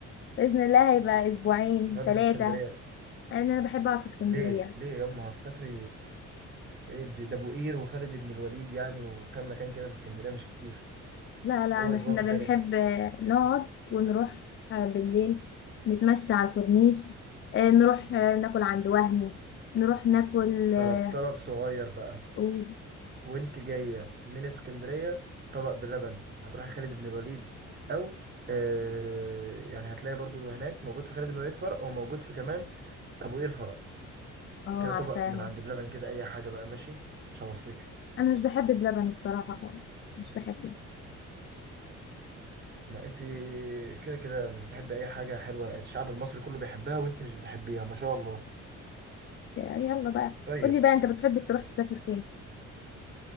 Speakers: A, on the left; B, on the right.
A: باذن الله هيبقى اسبوعين
B: هتقعدي
A: ثلاثه
B: في اسكندرية
A: لان انا بحب اقعد في اسكندريه
B: ليه؟ ليه ياما هتسافري إيه د- ده ابو قير وخالد بن الوليد يعني وكم مكان كده في اسكندريه مش كتير
A: لا لا أنا-
B: هو اسبوع
A: احنا
B: كفايه
A: بنحب آه، نقعد ونروح آه، بالليل نتمشى على الكورنيش آه، نروح آه، ناكل عند وهمي نروح ناكل
B: طلب
A: اه
B: طلب صغير بقى
A: أوه،
B: وانت جايه من اسكندريه طبق بلبن هتروحي خالد بن الوليد او آه يعني هتلاقي برضو هناك موجود في خالد بن الوليد فرع او موجود في كمان ابو قير فرع
A: آه،
B: كده طبق
A: عارفاهم
B: من عند بلبن كده اي حاجه بقى ماشي مش هوصيك
A: انا مش بحب بلبن الصراحه خالص مش بحب
B: ما انت كده كده مش بتحبي اي حاجه حلوه الشعب المصري كله بيحبها وانت مش بتحبيها ما شاء الله
A: يلا بقى
B: طيب
A: قولي بقى انت بتحب تروح تسافر فين